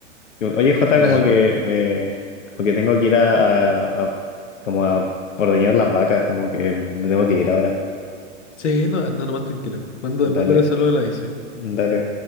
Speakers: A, on the left; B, on the left.
A: Oye, Jota,
B: claro.
A: como que me, como que tengo que ir a, a, a- como a ordeñar las vacas, como que me tengo que ir ahora.
B: Sí, no, anda nomás tranquila. Manda, mándale
A: Dale,
B: saludo a la Izzy.
A: dale.